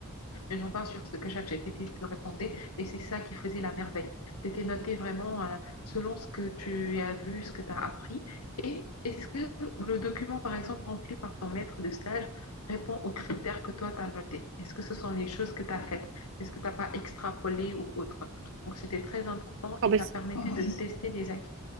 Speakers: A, on the left; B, on the right.
A: mais non pas sur ce que ChatGPT te répondait. Et c'est ça qui faisait la merveille. Tu étais noté vraiment euh, selon ce que tu as vu, ce que tu as appris. Et est-ce que le document, par exemple, rempli par ton maître de stage répond aux critères que toi, tu as notés Est-ce que ce sont les choses que tu as faites Est-ce que tu n'as pas extrapolé ou autre Donc, c'était très important
B: Ah
A: et
B: bah,
A: ça
B: c'est-
A: permettait de tester les acquis.